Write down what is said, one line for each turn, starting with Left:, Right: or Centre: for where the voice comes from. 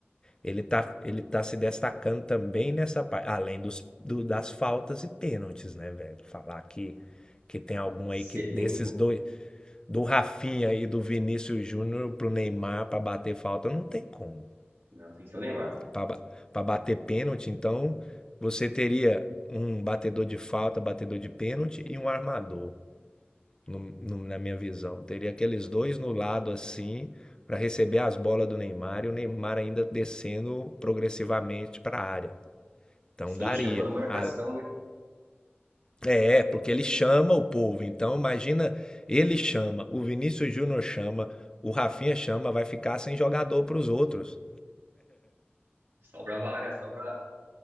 Left: ele tá, ele tá se destacando também nessa parte. Além dos, do- das faltas e pênaltis, né, velho? Falar que, que tem
Right: Ah,
Left: algum
Right: excelente
Left: aí que desses
Right: oportunidade.
Left: dois, do Rafinha e do Vinícius Júnior pro Neymar para bater falta, não tem como
Right: Não, tem que ser o Neymar.
Left: para bater pênalti, então você teria um batedor de falta, batedor de pênalti e um armador, no- no- na minha visão. Teria aqueles dois no lado assim para receber as bolas do Neymar e o Neymar ainda descendo progressivamente para a área. Então
Right: E sim,
Left: daria.
Right: chamando marcação,
Left: A-
Right: né?
Left: É, é, porque ele chama o povo. Então imagina, ele chama, o Vinícius Júnior chama, o Rafinha chama, vai ficar sem jogador para os outros.
Right: Sobra vaga, sobra